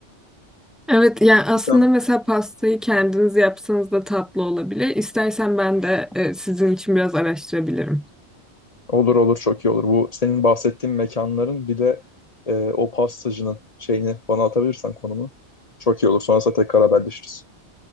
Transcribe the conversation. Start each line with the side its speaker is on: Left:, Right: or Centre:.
Centre: Evet, yani aslında
Left: Sen
Centre: mesela pastayı kendiniz yapsanız da tatlı olabilir. İstersen ben de e, sizin için biraz araştırabilirim.
Left: olur olur çok iyi olur. Bu senin bahsettiğin mekanların bir de e, o pastacının şeyini bana atabilirsen konumunu çok iyi olur. Sonrasında tekrar haberleşiriz.